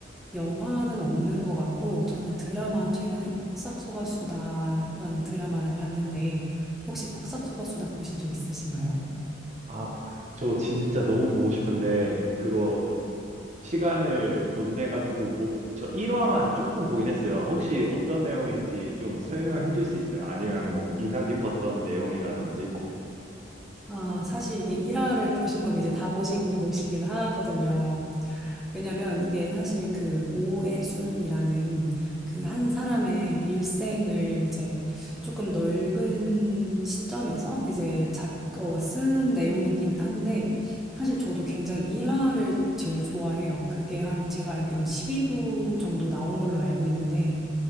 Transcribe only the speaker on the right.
아, 보- 저 진짜 너무 보고 싶은데 그거 시간을 못 내 가지고 못, 저 1화만 조금 보긴 했어요. 혹시 어떤 내용인지 좀 설명해 줄 수 있어요? 아니면 뭐 인상 깊었던 내용이라든지?